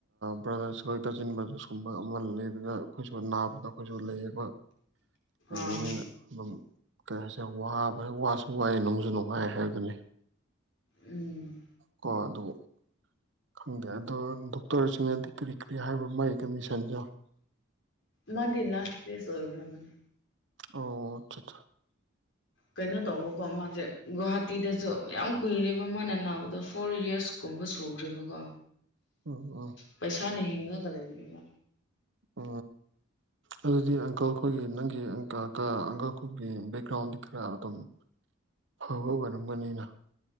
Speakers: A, on the right; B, on the left.
A: ꯕ꯭ꯔꯗꯔꯁ ꯑꯩꯣꯏ ꯀꯖꯤꯟ ꯕ꯭ꯔꯗꯔꯁ ꯀꯨꯝꯕ ꯑꯃ ꯂꯩꯕꯗ ꯑꯩꯈꯣꯏꯁꯨ ꯅꯥꯕꯗꯣ ꯑꯩꯈꯣꯏꯁꯨ ꯂꯩꯕ ꯂꯩꯕꯅꯤꯅ
B: ꯑꯥ
A: ꯑꯗꯨꯝ ꯀꯌꯥ ꯁꯦ ꯋꯥꯕ ꯋꯥꯁꯨ ꯋꯥꯏ ꯅꯨꯡꯁꯨ ꯅꯨꯡꯉꯥꯏ ꯍꯥꯏꯕꯗꯨꯅꯤ
B: ꯎꯝ
A: ꯀꯣ ꯑꯗꯨꯕꯨ ꯈꯪꯗꯦ ꯑꯗꯣ ꯗꯣꯛꯇꯔꯁꯤꯡꯅꯗꯤ ꯀꯔꯤ ꯀꯔꯤ ꯍꯥꯏꯕ꯭ꯔꯣ ꯃꯥꯒꯤ ꯀꯟꯗꯤꯁꯟꯁꯦ
B: ꯃꯗꯤ ꯂꯥꯁ ꯆꯦꯁ ꯑꯣꯏꯒ꯭ꯔꯕꯅꯤ
A: ꯑꯣ ꯑꯆꯥ
B: ꯀꯩꯅꯣ ꯇꯧꯕꯀꯣ ꯃꯥꯁꯦ ꯒꯨꯍꯥꯇꯤꯗꯁꯨ ꯌꯥꯝꯌꯥꯝ ꯀꯨꯏꯔꯦꯕ ꯃꯥꯅ ꯅꯥꯕꯗ ꯐꯣꯔ ꯌꯔꯁ ꯀꯨꯝꯕ ꯁꯨꯈ꯭ꯔꯦꯕꯀꯣ
A: ꯎꯝ ꯎꯝ
B: ꯄꯩꯁꯥꯅ ꯍꯤꯡꯉꯒ ꯂꯩꯕꯅꯤꯅ
A: ꯑ ꯑꯗꯨꯗꯤ ꯑꯪꯀꯜ ꯑꯩꯈꯣꯏꯒꯤ ꯅꯪꯒꯤ ꯑꯪꯀꯜ ꯑꯩꯈꯣꯏꯒꯤ ꯕꯦꯛꯒ꯭ꯔꯥꯎꯟꯗꯤ ꯈꯔ ꯑꯗꯨꯝ ꯑꯐꯕ ꯑꯣꯏꯔꯝꯒꯅꯤꯅ